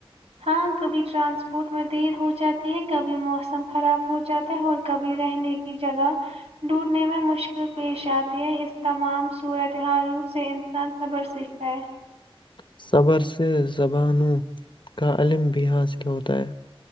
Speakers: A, on the right; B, on the left.
A: ہاں کبھی ٹرانسپورٹ میں دیر ہو جاتی ہے کبھی موسم خراب ہو جاتا ہے اور کبھی رہنے کی جگہ ڈونڈنے میں مشکل پیش آتی ہے اس تمام صورتحالوں سے انسان صبر سیکھتا ہے
B: صبر سے زبانوں کا علم بھی حاصل ہوتا ہے